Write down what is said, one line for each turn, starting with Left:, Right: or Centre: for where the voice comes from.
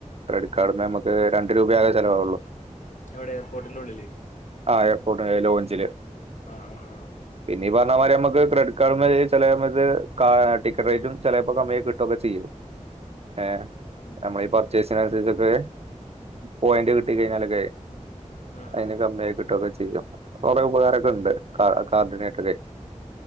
Right: ക്രെഡിറ്റ് കാർഡ്ന്നമ്മക്ക് രണ്ട് രൂപേ ആകെ ചെലവുള്ളൂ
Left: എവിടെ എയർപോർട്ടിന്റുള്ളില്
Right: ആഹ് എയർപോർട്ടിന്റെ ലോഞ്ചില്
Left: ആഹ് ആഹ് ആഹ്
Right: പിന്നെ ഈ പർഞ്ഞമാരി നമ്മക്ക് ക്രെഡിറ്റ് കാർഡ്മ്മല് ചെലേ മ്മക്ക് ടിക്കറ്റ് റേറ്റും ചെലേപ്പോ കമ്മിയായി കിട്ടൊക്കെ ചെയ്യും ഏഹ്
Left: ഉം
Right: നമ്മളീ പർച്ചേസിനനു സരിച്ചൊക്കെ
Left: ഉം
Right: പോയിന്റ് കിട്ടി കഴിഞ്ഞാലൊക്കെ
Left: ആഹ്
Right: അയ്ന്
Left: ആഹ്
Right: കമ്മിയാക്കി കിട്ടൊക്കെ ചെയ്യും കൊറേ ഉപകാരൊക്കെണ്ട് ആഹ് കാർഡിനേറ്റൊക്കെ